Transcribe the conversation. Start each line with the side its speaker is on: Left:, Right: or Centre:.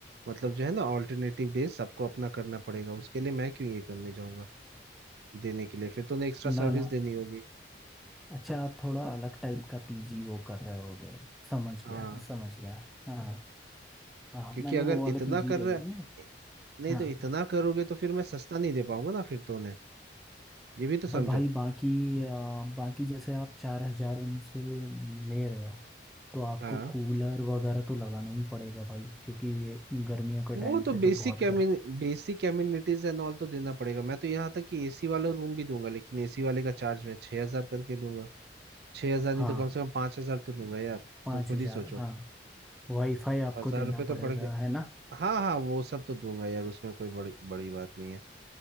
Right: मतलब जो है ना ऑल्टरनेटिव डेज सबको अपना करना पड़ेगा उसके लिए मैं क्यों ये करने जाऊंगा देने के लिए फिर तो उन्हें एक्स्ट्रा सर्विस
Centre: ना ना
Right: देनी होगी
Centre: अच्छा आप थोड़ा अलग टाइप का पीजी वो कर रहे होगे समझ गया
Right: हाँ
Centre: मैं समझ गया हाँ हाँ
Right: क्योंकि
Centre: मैंने
Right: अगर
Centre: वो वाले
Right: इतना
Centre: पीजी
Right: कर
Centre: देखे
Right: रहा
Centre: थे ना
Right: नहीं
Centre: हाँ
Right: तो इतना करोगे तो फिर मैं सस्ता नहीं दे पाऊंगा ना फिर तो उन्हें ये भी तो समझो
Centre: और भाई बाकी आ, बाकी जैसे आप चार हजार उनसे ले रहे हो तो आपको
Right: हाँ
Centre: कूलर वगैरह तो लगाना ही पड़ेगा भाई क्योंकि ये गर्मियों के
Right: वो
Centre: टाइम
Right: तो
Centre: पे
Right: basic
Centre: तो बहुत गर्म
Right: basic amenities and all तो देना पड़ेगा मैं तो यहाँ तक कि एसी वाला रूम भी दूंगा लेकिन एसी वाले का चार्ज मैं छह हजार करके लूंगा छह हजार नहीं
Centre: हाँ
Right: तो कम से कम पांच हजार तो लूंगा यार
Centre: पाँच
Right: तुम खुद
Centre: हजार
Right: ही सोचो
Centre: हाँ वाईफाई आपको
Right: हजार
Centre: देना
Right: रुपये तो
Centre: पड़ेगा
Right: बढ़ गए
Centre: है ना
Right: हाँ हाँ वो सब तो दूंगा यार उसमें कोई बड़ी बड़ी बात नहीं है